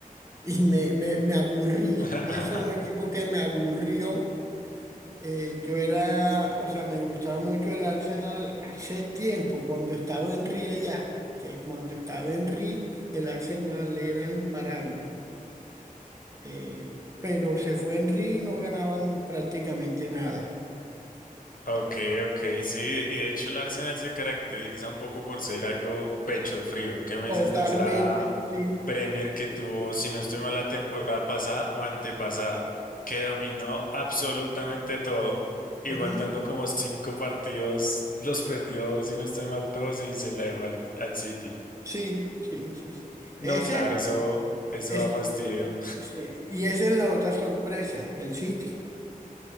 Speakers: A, on the right (about 20°); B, on the left (about 70°).
A: y me, me, me aburrí,
B: <laughs>
A: es un equipo que me aburrió eh, yo era, o sea, me gustaba mucho el Arsenal hace tiempo, cuando estaba Henry allá, que cuando estaba Henry, el Arsenal era imparable, Eh, pero se fue Henry y no ganaban prácticamente nada.
B: Ok, ok, sí, y de hecho el Arsenal se caracteriza un poco por ser algo pecho frío. ¿Qué me
A: Totalmente,
B: dices de esa
A: sí.
B: Premier que tuvo, si no estoy mal, la temporada pasada o antepasada, que dominó absolutamente todo y
A: Ujú.
B: faltando como cinco partidos los perdió, si no estoy mal, todos y se la dejó al, al City?
A: Sí, sí, sí, sí.
B: No,
A: Ese
B: claro, eso, eso
A: es,
B: da fastidio.
A: sí. Y esa es la otra sorpresa, el City.